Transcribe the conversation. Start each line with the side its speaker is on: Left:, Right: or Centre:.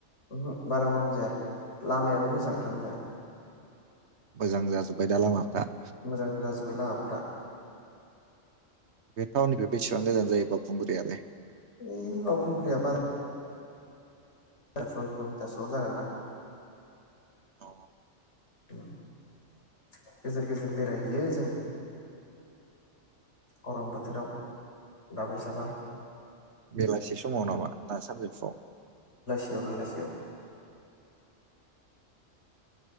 Left: चहुं बारा गरम जाया लामायाबो मोजां थांनो।
Right: मोजां जाजोब्बाय दा लामाफ्रा।
Left: मोजां जाजोब्बाय लामाफ्रा।
Right: बे थावननिफाय बेसेबां गोजान जायो बावखुंग्रिालाय।
Left: इ बावखुंग्रिया बारा <unintelligible> किल' मिटारसोआव जागोनदां।
Right: अ
Left: गेजेर गेजेर बेरायहैयो जों ग'रम बोथोराव दाबाय साबा।
Right: बेलासि समाव नामा ना सानजोफुआव?
Left: बेयाव बेलासियाव।